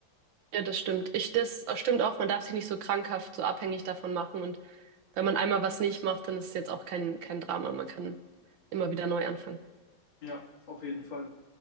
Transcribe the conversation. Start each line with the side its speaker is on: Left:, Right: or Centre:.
Right: ja, das stimmt. Ich, das stimmt auch, man darf sich nicht so krankhaft, so abhängig davon machen. Und wenn man einmal was nicht macht, dann ist es jetzt auch kein, kein Drama. Man kann immer wieder neu anfangen.
Left: Ja, auf jeden Fall.